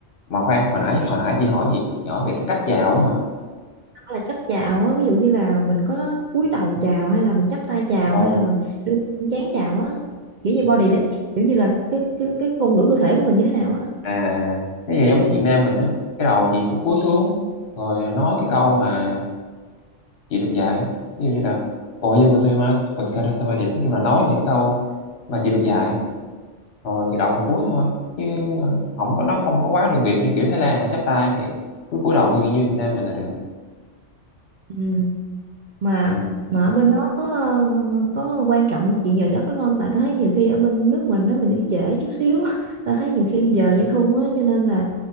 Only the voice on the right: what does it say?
Hoặc là cách chào á, ví dụ như là mình có cúi đầu chào hay là mình chắp tay chào
hay là mình đưa chán chào á. Kiểu như body lan- kiểu như là cái cái cái ngôn ngữ cơ thể của mình như thế nào á.
Ừ. mà
mà ở bên đó có ờ, ờ, có quan trọng chuyện giờ giấc lắm không tại tôi thấy nhiều khi ở bên nước mình đó mình đi trễ chút xíu <laughs> tôi thấy nhiều khi giờ dễ thun á cho nên là